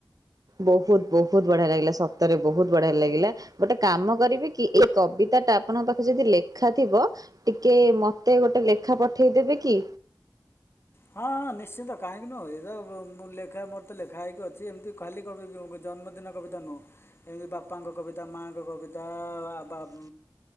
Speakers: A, on the right; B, on the left.
A: ବହୁତ ବହୁ ବହୁତ ବଢିଆ ଲାଗିଲା ସତରେ ବହୁତ ବଢିଆ ଲାଗିଲା ଗୋଟେ କାମ କରିବେ କି ଏଇ କବିତା ଟା ଆପଣଙ୍କ ପାଖରେ ଯଦି ଲେଖା ଥିବ ଟିକେ ମତେ ଗୋଟେ ଲେଖା ପଠେଇଦେବେ କି?
B: ହଁ ହଁ ନିଶ୍ଚିନ୍ତ କାହିଁକି ନୁହଁ ଏ ତ ଉଁ ଉଁ ଲେଖା ମୋର ତ ଲେଖା ହେଇକି ଅଛି ଏମିତି ଖାଲିି କବି ଉଁ ଜନ୍ମଦିନ କବିତା ନୁହଁ ଏମିତି ବାପାଙ୍କ କବିତା ମାଆଙ୍କ କବିତା ବା ବା ଉଁ